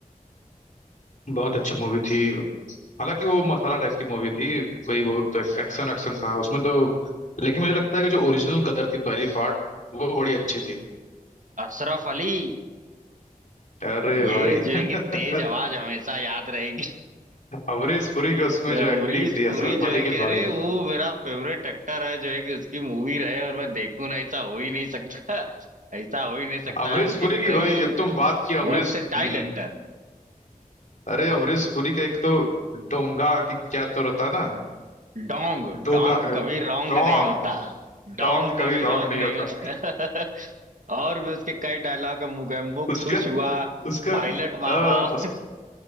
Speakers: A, on the left; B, on the right.
A: बहुत अच्छी मूवी थी हालांकि वो मसाला टाइप की मूवी थी कोई बहुत एक्शन एक्शन था उसमें तो लेकिन मुझे लगता है कि जो ओरिजिनल कदर थी पहली पार्ट वो बड़ी अच्छी थी
B: अशरफ अली
A: अरे
B: ये
A: भाई <laughs>
B: जो है कि तेज आवाज हमेशा याद रहेगी
A: अमरीश पुरी की उसमें
B: तो
A: जो
B: अमरीश
A: एक्टिंग थी
B: पुरी
A: अशरफ
B: जो
A: अली
B: है
A: की
B: कि अरे
A: भाई
B: वो मेरा फेवरेट एक्टर है जो है कि उसकी मूवी रहे और मैं देखूं ना ऐसा हो ही नहीं सकता <laughs> ऐसा हो ही नहीं सकता
A: अमरीश
B: है उसके
A: पुरी की
B: कई
A: भाई जब तुम बात किया अमरीश
B: वर्सेटाइल
A: हम्म हम्म।
B: एक्टर
A: अरे अमरीश पुरी का एक तो डोंगा की क्या तो रहता है ना
B: डोंग
A: डोगा
B: डोंग कभी रॉन्ग
A: डोंग
B: नहीं होता डोंग
A: डोंग
B: कभी
A: कभी रॉन्ग
B: रॉन्ग
A: नहीं
B: नहीं
A: होता
B: होता <laughs> और भी उसके कई डायलॉग है मुगेम्बो
A: उसका
B: खुश हुआ
A: उसका
B: पायलट
A: आ,
B: बाबा
A: उस,
B: <laughs>